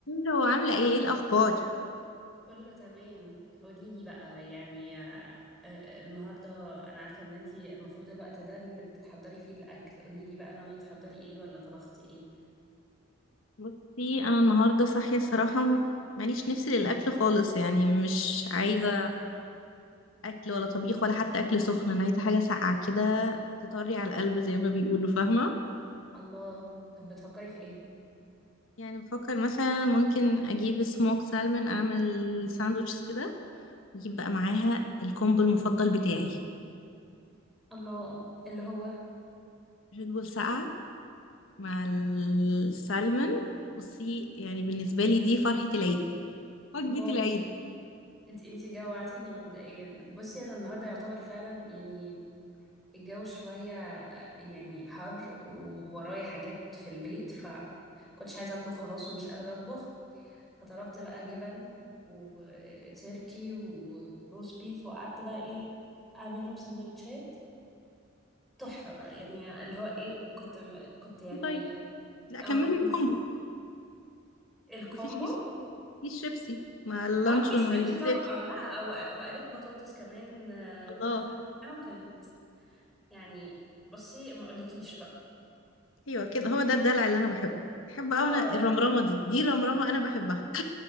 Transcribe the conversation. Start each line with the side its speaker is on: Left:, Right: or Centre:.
Left: لو عاملة ايه ايه الأخبار؟
Centre: كله تمام قولي لي بقى يعني آه، آه، النهارده انا عارفه ان انتي المفروض الوقت ده اللي بتحضري فيه الاكل قولي لي بقى ناويه تحضري ايه ولا طبختي ايه
Left: بصي أنا النهاردة صاحية الصراحة م- ماليش نفسي للأكل خالص يعني مش عايزة أكل ولا طبيخ ولا حتى أكل سخن أنا عايزة حاجة ساقعة كده تطري على القلب زي ما بيقولوا فاهمة؟
Centre: الله طب بتفكري في ايه
Left: يعني بفكر مثلا ممكن أجيب سموك سالمون أعمل ساندوتشز كده وأجيب بقى معاها الكومبو المفضل بتاعي
Centre: الله اللي هو
Left: ريد بول ساقعة مع السالمون بصي يعني بالنسبة لي دي فرحة العيد وجبة
Centre: الله
Left: العيد
Centre: انت انت جوعتيني مبدئيا بصي انا النهارده يعتبر فعلا يعني الجو شويه يعني حر وورايا حاجات في البيت ف كنتش عايزه اطبخ خلاص ومش قادره اطبخ فطلبت بقى جبن وتركي وروز بيف وقعدت بقى ايه اعملهم سندوتشات تحفة بقى يعني اللي هو ايه كنت كنت يعني
Left: طيب لا كملي
Centre: اه كنت
Left: الكومبو
Centre: مس- الكومبو
Left: مفيش في الشيبسي مع اللانشون
Centre: اه كيس
Left: والتركي
Centre: شيبسي طبعا آه لا وق- وقليت بطاطس كمان آه،
Left: الله
Centre: بومفريت معاهم كانت يعني بصي ما اقولكيش بقى
Left: ايوه كده هو ده الدلع اللي انا بحبه بحب
Centre: اه
Left: قوي انا الرمرامه دي دي رمرامه انا بحبها